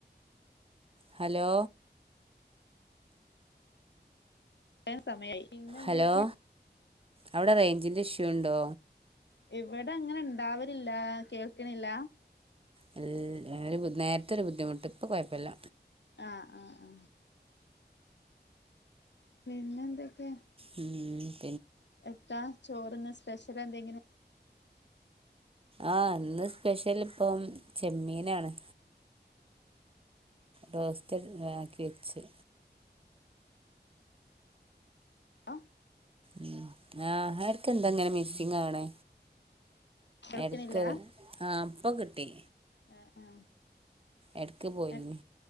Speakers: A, on the right (about 30°); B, on the left (about 85°).
A: ഹലോ
B: സമയായി ഇന്നെന്തെക്കെയാ
A: ഹലോ അവിടെ റേഞ്ചിന്റിഷ്യു ഉണ്ടോ
B: ഇവിടെ അങ്ങനെ ഉണ്ടാവരില്ലാ കേൾക്കണില്ല
A: അത് നേര നേരത്തെ ഒരു ബുദ്ധിമുട്ട് ഇപ്പം കൊഴപ്പില്ല
B: ആ ആ ആ പിന്നെ എന്തൊക്കെയാ
A: മ്
B: എത്താ ചോറിന് സ്പെഷ്യലെന്തെങ്കിലും
A: ആ ഇന്ന് സ്പെഷ്യൽ ഇപ്പം ചെമ്മീനാണ് റോസ്റ്റഡ് ആക്കി വെച്ച്
B: ആ
A: മ് ആഹർക്ക് എന്തെങ്ങനെ മിസ്സിംഗ് ആണ്
B: കേൾക്കണില്ല
A: എടുക്കല് ആ ഇപ്പം കിട്ടി
B: ആ ആ
A: ഇടയ്ക്ക് പോയിന്
B: എ